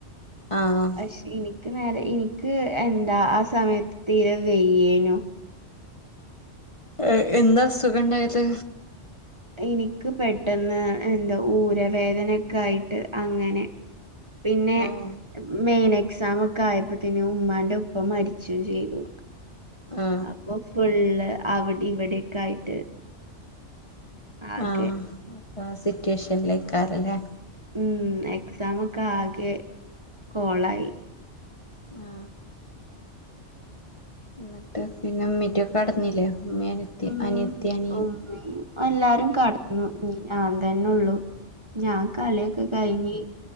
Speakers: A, on the left; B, on the right.
A: ആഹ്
B: പക്ഷെ ഇനിക്ക് നേരെ ഇനിക്ക് എന്താ ആഹ് സമയത്ത് തീരെ വെയ്യേനു
A: ഏ എന്താ അസുഖം ഇണ്ടായത്
B: ഇനിക്ക് പെട്ടെന്ന് എന്താ ഊരവേദനൊക്കെ ആയിട്ട് അങ്ങനെ പിന്നെ
A: ഏഹ്
B: മെയിൻ എക്സാം ഒക്കെ ആയപ്പോത്തിന് ഉമ്മാന്റെ ഉപ്പ മരിച്ചും ചെയ്തു.
A: ആ
B: അപ്പൊ ഫുള്ള് അവിടെ ഇവിടെക്കെ ആയിട്ട് ആകെ
A: ആ അപ്പ സിറ്റുവേഷൻലേക്കാരല്ലേ.
B: ഉം എക്സാമൊക്കെ ആകെ കൊളായി
A: ആ ന്നട്ട് പിന്നെ ഇമ്മീറ്റൊക്കെ കടന്നില്ലേ ഇമ്മേം അനെത്തി
B: ഉം
A: അനിയെത്തി അനിയന്
B: ഉമ്മയും എല്ലാരും കടന്നു ഇഞ്ഞിഞാൻ തന്നെ ഉള്ളു ഞാൻ കളിയൊക്കെ കഴിഞ്ഞ്